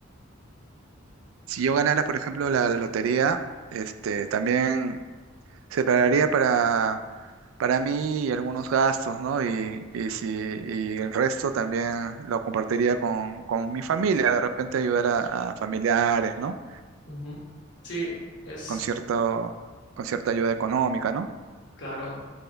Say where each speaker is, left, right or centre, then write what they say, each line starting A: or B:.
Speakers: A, on the right (about 85°); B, on the left (about 60°).
A: si yo ganara, por ejemplo, la lotería, este, también separaría para, para mí y algunos gastos, ¿no? Y, y si, y el resto también lo compartiría con, con mi familia, de repente ayudar a, a familiares, ¿no?
B: Ujú. Sí, es
A: Con cierto, con cierta ayuda económica, ¿no?
B: claro.